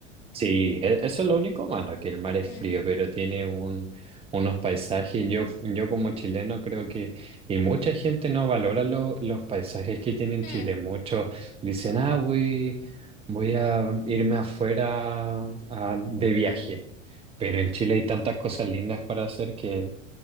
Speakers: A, on the right; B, on the left.
A: Sí, e- eso es lo único malo, que el mar es frío,
B: Mm,
A: pero tiene un, unos paisajes. Yo, yo como chileno creo que, y mucha gente no valora lo- los paisajes que tiene
B: mm,
A: Chile. Muchos dicen, ah, voy, voy a irme afuera a- de viaje.
B: mm.
A: Pero en Chile hay tantas cosas lindas para hacer que